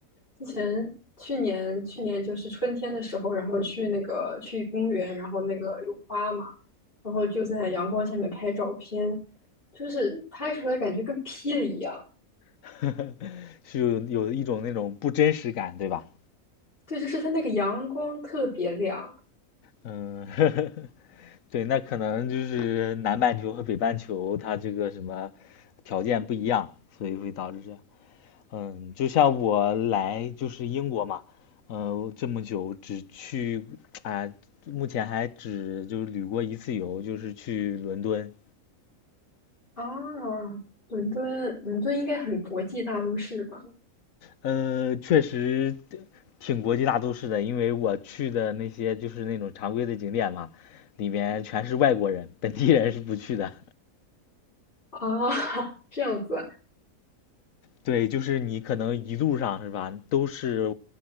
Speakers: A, on the left; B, on the left.
A: 之前去年去年就是春天的时候，然后去那个去公园，然后那个有花嘛，然后就在阳光下面拍照片，就是拍出来感觉跟霹雳一样。
B: <laughs> 是有有一种那种不真实感，对吧？
A: 对，就是它那个阳光特别亮
B: 嗯，<laughs> 对，那可能就是南半球和北半球它这个什么条件不一样，所以会导致这样。嗯，就像我来就是英国嘛，呃，这么久只去啊、目前还只就是旅过一次游，就是去伦敦。
A: 啊。伦敦，伦敦应该很国际大都市吧？
B: 呃，确实挺国际大都市的，因为我去的那些就是那种常规的景点嘛，里面全是外国人，本地人是不去的。
A: 啊，<laughs> 这样子。
B: 对，就是你可能一路上是吧，都是